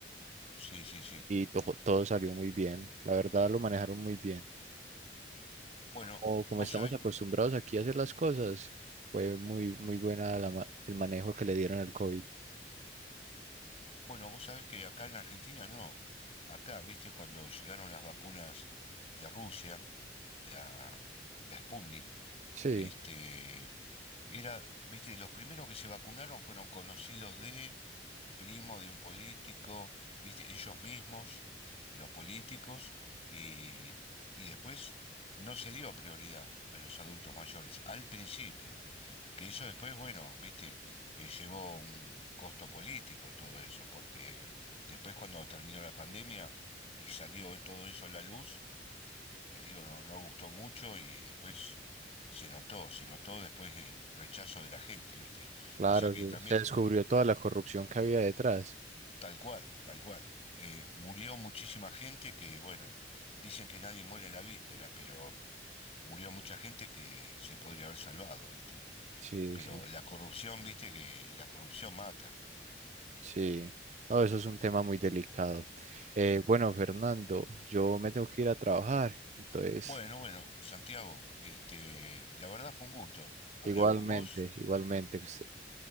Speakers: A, on the left; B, on the right.
A: Sí, sí, sí.
B: Y to- todo salió muy bien. La verdad lo manejaron muy bien.
A: Bueno,
B: Como, como
A: vos
B: estamos
A: sabés
B: acostumbrados aquí a hacer las cosas, fue muy, muy buena la ma- el manejo que le dieron al COVID.
A: Bueno, vos sabés que acá en Argentina no. Acá, viste, cuando llegaron las vacunas de Rusia, la, mm, la Sputnik,
B: Sí.
A: este, era, viste, los primeros que se vacunaron fueron conocidos de, primo de un político, viste, ellos mismos, los políticos, y, y después no se dio prioridad a los adultos mayores, al principio. Que eso después, bueno, viste, eh, llevó un costo político todo eso, porque después cuando terminó la pandemia y salió todo eso a la luz, te digo, no, no gustó mucho y después se notó, se notó después el rechazo de la gente, viste.
B: Claro,
A: O sea que
B: se
A: también,
B: se descubrió toda la corrupción que había detrás.
A: tal cual, tal cual. Eh, murió muchísima gente que, bueno, dicen que nadie muere en la víspera, pero murió mucha gente que se podría haber salvado, viste.
B: Sí,
A: Pero
B: sí,
A: la corrupción, viste, que la corrupción mata.
B: sí. No, eso es un tema muy delicado. Eh,
A: Es
B: bueno, Fernando, yo me tengo que ir a trabajar. Entonces,
A: Bueno, bueno, Santiago, este, la verdad fue un gusto hablar
B: igualmente,
A: con vos.
B: igualmente, que est-